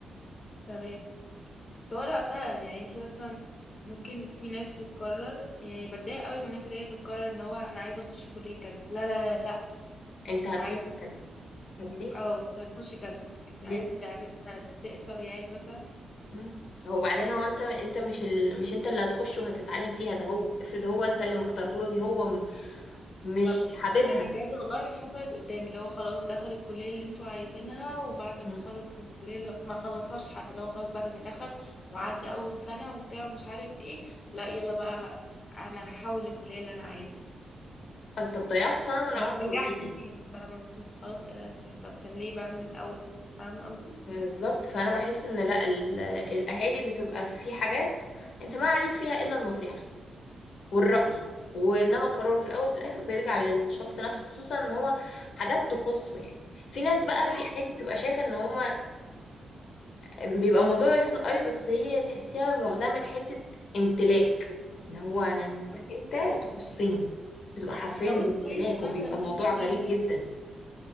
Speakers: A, on the left; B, on the left.
A: تمام سواء لا فعلا يعني انت مثلا ممكن في ناس بتقرر يعني بتضايق قوي من الناس اللي هي بتقرر ان هو انا عايزه اخش كليه كذا لا لا لا لا.
B: أنت
A: انت
B: هتخش
A: عايز
B: كذا طب ليه؟
A: او انت هتخش كذا انت
B: ليه؟
A: عايز لعبتها تقصر يعني مثلا
B: مم. هو بعدين هو انت انت مش ال... مش انت اللي هتخش وهتتعلم فيها ده هو افرض هو انت اللي مختار له دي هو م... مش
A: طب ن-
B: حاببها
A: يعني بجد والله حصلت قدامي اللي هو خلاص دخل الكلية اللي انتوا عايزينها وبعد ما
B: مم.
A: خلص من الكلية اللي- ما خلصهاش حتى لو خلاص بعد ما دخل وعدى أول سنة وبتاع ومش عارف ايه لا يلا بقى أنا هحول الكلية اللي أنا عايزها
B: انت ضيعت سنة من
A: يعني
B: عمره
A: ما بنجحش فيها
B: ليه
A: فاهمة طب خلاص كده أحسن. طب كان ليه بقى من الأول فاهمة قصدي؟
B: بالظبط فانا بحس ان لا ال... الاهالي بتبقى في حاجات انت ما عليك فيها الا النصيحة والرأي وانما القرار في الاول في الاخر بيرجع للشخص نفسه خصوصا ان هو حاجات تخصه يعني في ناس بقى
A: لا
B: في اهالي بتبقى شايفة ان هم بيبقى الموضوع يخنق قوي بس هي تحسيها واخداها من حتة امتلاك ان هو انا انت
A: حكمة.
B: انت تخصني بتبقى حرفيا
A: لو
B: امتلاك
A: انت عايز بقى
B: وبيبقى
A: تمتلك
B: الموضوع غريب
A: يعني
B: جدا